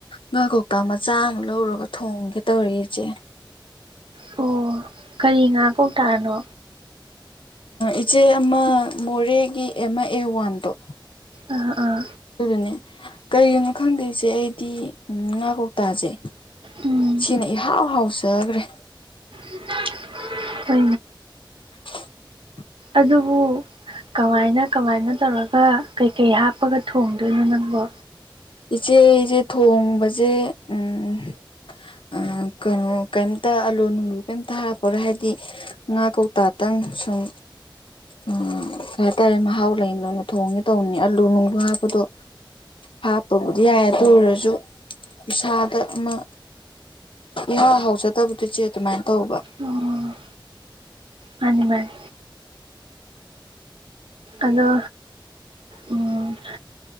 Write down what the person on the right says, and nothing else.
ꯑꯣ ꯀꯔꯤ ꯉꯥ ꯀꯧꯇꯥꯅꯣ
ꯑ ꯑꯥ
ꯎꯝ
<inaudible>
ꯑꯗꯨꯕꯨ ꯀꯃꯥꯏꯅ ꯀꯃꯥꯏꯅ ꯇꯧꯔꯒ ꯀꯩꯀꯩ ꯍꯥꯞꯄꯒ ꯊꯣꯡꯗꯣꯏꯅꯣ ꯅꯪꯕꯣ
ꯑꯣ ꯃꯥꯅꯤ ꯃꯥꯅꯤ ꯑꯗꯣ ꯎꯝ